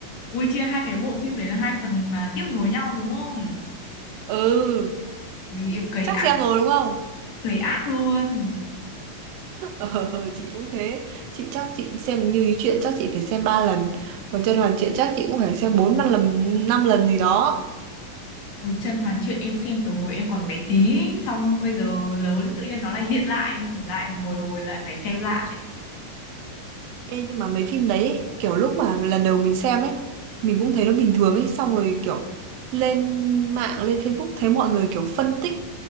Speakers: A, on the left (about 55°); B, on the right (about 85°).
A: Ui chia hai cái bộ phim đấy là hai phần mà tiếp nối nhau đúng không?
B: Ừ,
A: Ui em cày
B: chắc xem
A: ác,
B: rồi đúng không?
A: cày ác luôn.
B: <laughs> Ờ, chị cũng thế. Chị chắc chị xem Như ý truyện chắc chị phải xem 3 lần. Còn甄嬛truyện chắc chị cũng phải xem 4 5 lần 5 lần gì đó.
A: Ui Chân Hoàn Truyện em xem từ hồi em còn bé tí, ấy, xong bây giờ lớn tự nhiên nó lại hiện lại, lại bồi hồi lại phải xem lại.
B: Ê, nhưng mà mấy phim đấy ấy, kiểu lúc mà lần đầu mình xem ấy mình cũng thấy nó bình thường ấy xong rồi kiểu lên mạng lên Facebook thấy mọi người kiểu phân tích